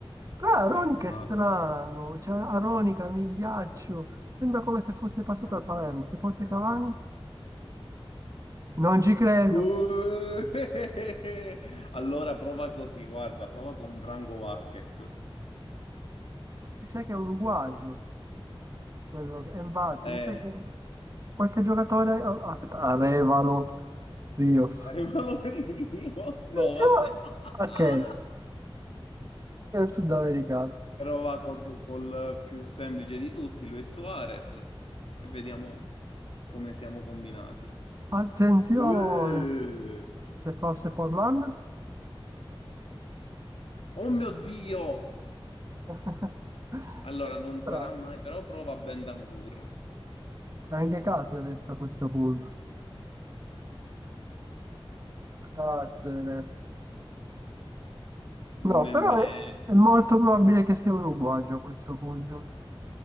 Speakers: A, on the right (about 35°); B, on the left (about 80°).
A: Però Aronica
B: peccato.
A: è strano. Cioè, Aronica, Migliaccio. Sembra come se fosse passato
B: Madre.
A: al Palermo. Se fosse Cavani, non ci credo.
B: Buh! <laughs> Allora prova così, guarda, prova con Branco Vasquez.
A: Mi sa che è un uruguagio. Quello che... E infatti,
B: Eh,
A: mi sa che qualche giocatore... ah, Aspetta, Arevalo. Rios.
B: Arenolo Merinos?
A: Attenzione!
B: No, vabbè. <laughs>
A: Ok, è un sudamericano.
B: Però va col, col più semplice di tutti, Luis Suarez. E vediamo come siamo combinati.
A: Attenzione!
B: Eh.
A: Se fosse Forlan?
B: Oh mio Dio!
A: <laughs>
B: Allora, non
A: Strano.
B: sarà mai, però prova Bentancur.
A: Anche Caceres a questo punto. Caceres. No,
B: Nemmeno.
A: però è, è molto probabile che sia uruguayo a questo punto.